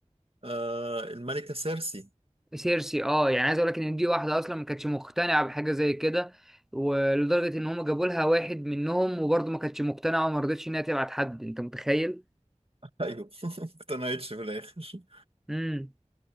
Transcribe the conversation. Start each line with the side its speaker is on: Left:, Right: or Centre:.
Right: آه الملكة سيرسي
Centre: سيرسي اه يعني عايز اقول لك ان دي واحدة اصلا ما كانتش مقتنعة بحاجة زي كده ولدرجة ان هم جابوا لها واحد منهم وبرضه ما كانتش مقتنعة وما رضتش انها تبعت حد انت متخيل
Right: <laughs> ايوه <laughs> ما اقتنعتش في الاخر
Centre: امم